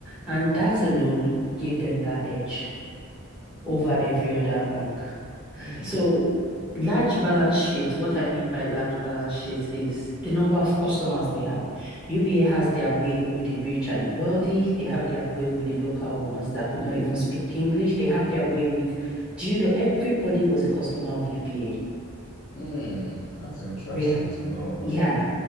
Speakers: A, in the centre; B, on the left.
A: and that alone gave them that edge over every other bank.
B: mm.
A: So, large balance sheet, what I mean by large balance sheet is the number of customers they have. UBA has their way with the rich and wealthy. They have their way with the local ones that could not even speak English. They have their way with, do you know, everybody was a customer of UBA.
B: Hmm, that's interesting
A: We
B: to know.
A: yeah,